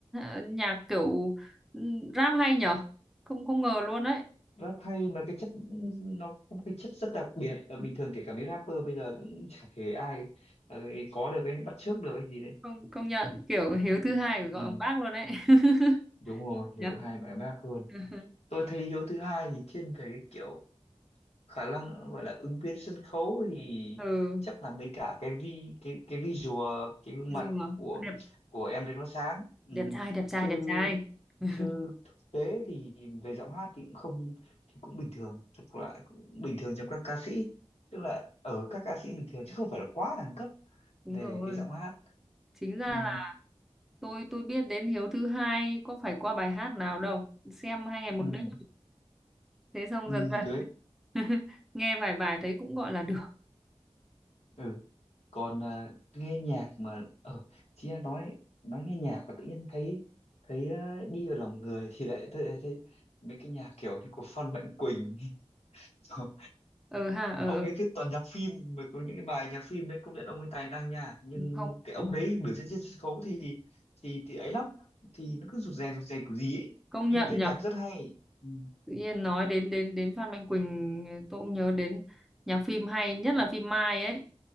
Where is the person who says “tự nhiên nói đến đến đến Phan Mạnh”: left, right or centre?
Centre